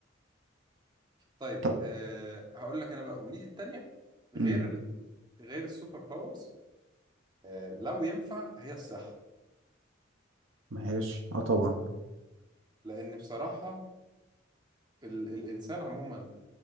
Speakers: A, on the right; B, on the right.
A: طيب
B: طب
A: أه هقول لك انا بقى امنيتي التانية غير
B: مم.
A: ال... غير السوبر باورز أه لو ينفع هي الصحة
B: ماشي اه طبعا
A: لان بصراحة ال... الانسان عموما